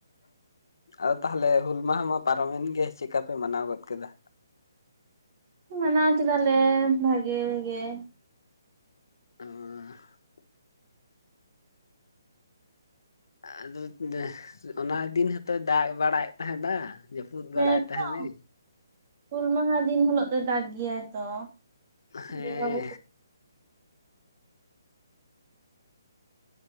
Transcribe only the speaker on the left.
᱾ ᱟᱫᱚ ᱛᱟᱦᱚᱞᱮ ᱦᱩᱞ ᱢᱟᱦᱟ ᱢᱟ ᱯᱟᱨᱚᱢᱮᱱ ᱜᱮ ᱪᱮᱠᱟᱯᱮ ᱢᱟᱱᱟᱣ ᱜᱚᱫ ᱠᱮᱫᱟ?
ᱟᱨ <inaudible> ᱦᱮᱸ ᱟᱫᱚ ᱚᱱᱟ ᱫᱤᱱ ᱦᱚᱸᱛᱚᱭ ᱫᱟᱜ ᱵᱟᱲᱟᱭᱮᱫ ᱛᱟᱦᱮᱸᱫᱼᱟ ᱾ ᱡᱟᱹᱯᱩᱫ
ᱵᱟᱲᱟᱭᱮᱫ ᱛᱟᱦᱮᱱᱮ
ᱦᱮᱸ